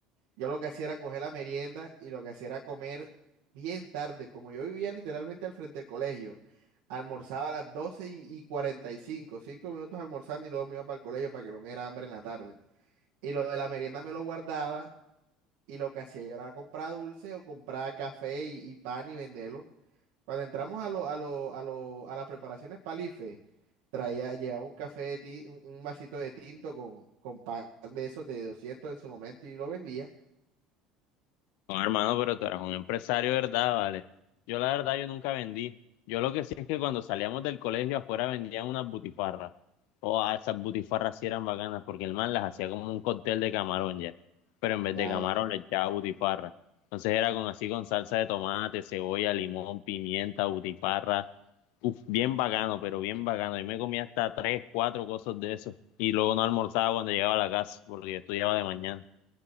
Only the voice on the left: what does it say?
No, hermano, pero tú eras un empresario, ¿verdad? Vale. Yo la verdad, yo nunca vendí. Yo lo que sí es que cuando salíamos del colegio afuera vendían unas butifarras. O ah, esas butifarras sí eran bacanas porque el man las hacía como un cóctel de camarón ya. Pero en vez
de camarón
le echaba butifarra. Entonces era con así con salsa de tomate, cebolla, limón, pimienta, butifarra. Uf, bien bacano, pero bien bacano. Yo me comía hasta tres, cuatro cosas de eso. Y luego no almorzaba cuando llegaba a la casa porque yo estudiaba de mañana.